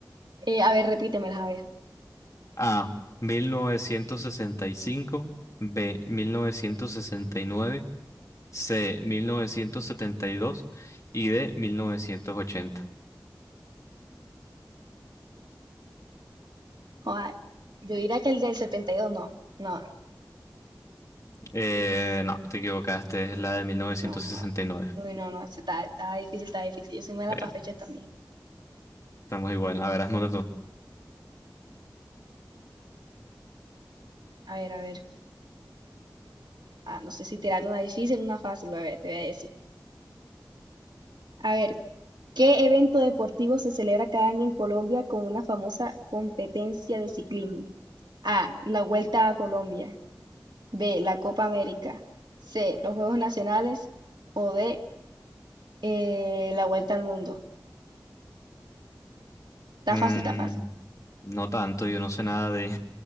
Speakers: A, on the right; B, on the left.
A: Eh, a ver, repítemelas, a ver.
B: A. mil novecientos sesenta y cinco B. mil novecientos sesenta y nueve C. mil novecientos setenta Y dos y D. 1980.
A: Joda, yo diría que el del setenta y dos no, no,
B: Eh, no, te equivocaste. Es la de 1969.
A: no, joda. Uy, no, no, esa está, está difícil, está difícil. Yo soy mala
B: Eh,
A: para fechas también.
B: estamos igual. A ver, hazme una tú.
A: A ver, a ver. Ah, no sé si tirarte una difícil o una fácil, a ver, te voy a decir. A ver, ¿Qué evento deportivo se celebra cada año en Colombia con una famosa competencia de ciclismo? A. La Vuelta a Colombia. B. La Copa América. C. Los Juegos Nacionales. O D. eh, la Vuelta al Mundo. Está
B: Mm,
A: fácil, está fácil.
B: no tanto, yo no sé nada de...